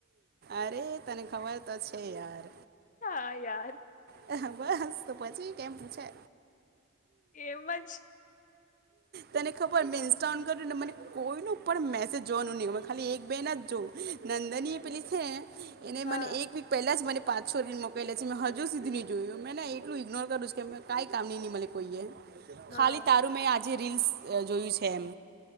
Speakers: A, on the right; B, on the left.
A: અરે તને ખબર તો છે યાર
B: હા યાર
A: બસ તો પછી કેમ પૂછે
B: એમજ
A: તને ખબર મેં ઇન્સ્ટા ઓ કર્યું ને મને કોઈ ન પણ મેસેજ જોવાનું નહી ખાલી એક બે ના જ જોવું નંદની એ પેલી છે એને
B: હા
A: મને એક વીક પહેલા જ મને પાંચસો રીલ મોકલા છે મે હજ હજ સુીધું નહી જોયું મેંને એટલું ઇગ્નોર કરું કે કંઈ કામ નહી નહીં મળે કોઈએ
B: હા
A: ખાલી તારો મે આજે રીલ્સ જોયું છે એમ